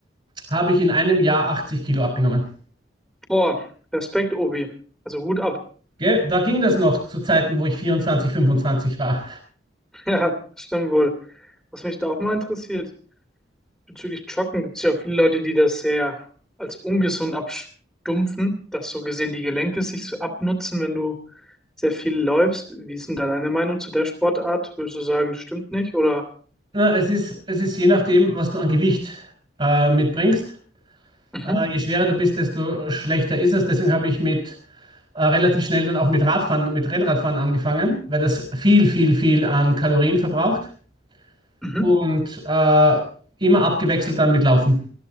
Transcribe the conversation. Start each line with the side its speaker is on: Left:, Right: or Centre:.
Right: habe ich in einem Jahr 80 Kilo abgenommen.
Centre: Boah, Respekt, Obi. Also Hut ab. <laughs>
Right: Gell? Da ging das noch zu Zeiten, wo ich 24, 25 war.
Centre: Ja, das stimmt wohl. Was mich da auch mal interessiert, bezüglich Joggen gibt es ja auch viele Leute, die das sehr als ungesund abstumpfen, dass so gesehen die Gelenke sich so abnutzen, wenn du sehr viel läufst. Wie ist denn da deine Meinung zu der Sportart? Würdest du sagen, das stimmt nicht? Oder?
Right: Na, es ist, es ist je nachdem, was du an Gewicht äh, mitbringst.
Centre: Mhm.
Right: Äh, je schwerer du bist, desto schlechter ist es. Deswegen habe ich mit äh, relativ schnell dann auch mit Radfahren, mit Rennradfahren angefangen, weil das viel, viel, viel an Kalorien verbraucht
Centre: Mhm.
Right: und äh, immer abgewechselt dann mit Laufen.